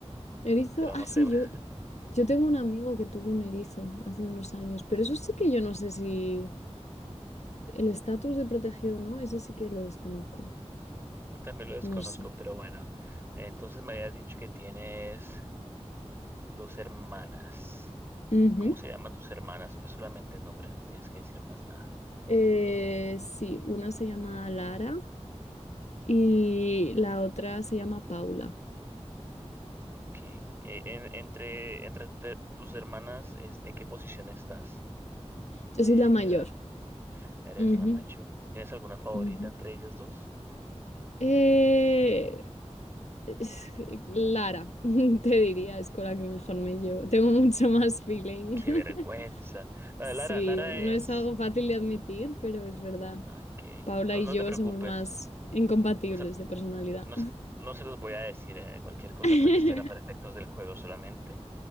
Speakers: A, on the left; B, on the right.
A: erizo,
B: Pero
A: ah,
B: no
A: sí,
B: sé, <laughs>
A: yo, yo tengo un amigo que tuvo un erizo hace unos años, pero eso sí que yo no sé si... El estatus de protegido no, ese sí que lo desconozco.
B: también lo desconozco,
A: No sé.
B: pero bueno. Entonces me habías dicho que tienes dos hermanas.
A: Ujú.
B: ¿Cómo se llaman tus hermanas? Pues solamente el nombre, no tienes que decir más nada.
A: Eh, sí, una se llama Lara y la otra se llama Paula.
B: Ok. Eh, en- entre entre tu te- tus hermanas, es- ¿en qué posición estás
A: Yo
B: de
A: soy la mayor.
B: edad? Eres
A: Ujú,
B: la mayor. ¿Tienes alguna favorita
A: ujú.
B: entre ellas dos?
A: Eh, es- Lara, <laughs> te diría, es con la que mejor me llevo. Tengo mucho más feeling.
B: Qué
A: <laughs>
B: vergüenza. Vale,
A: Sí,
B: Lara, Lara
A: no
B: es.
A: es algo fácil de admitir, pero es verdad.
B: Ok.
A: Paula
B: No,
A: y
B: no
A: yo
B: te preocupes.
A: somos más incompatibles
B: No se,
A: de personalidad.
B: no se, no se los voy a decir. eh, Cualquier cosa,
A: <laughs>
B: pues esto era para efectos del juego solamente.